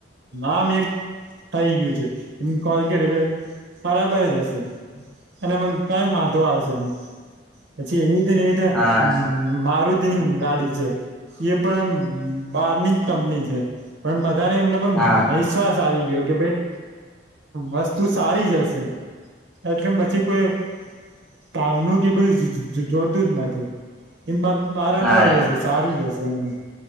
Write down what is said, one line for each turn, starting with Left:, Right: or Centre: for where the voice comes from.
Right: આમ એક થઈ ગયું છે. એ કોલર્ગેટ એટલે બરાબર જ હશે. અને એમાં કઈ વાંધો આવશે પછી એવી રીતેને એવી રીતે
Centre: હા
Right: મારું ગાડી છે. એ પણ એમ બારની જ કંપની છે. પણ બધાને એમને પણ
Centre: હા
Right: વિશ્વાસ આવી ગયો કે ભાઈ આ વસ્તુ સારી હશે. એટલે પછી કોઈ ભાવનું કે બધું જોતું જ નથી. એમાં બરાબર
Centre: હા
Right: જ હશે
Centre: એ
Right: સારું
Centre: તો છે.
Right: જ હશે એમ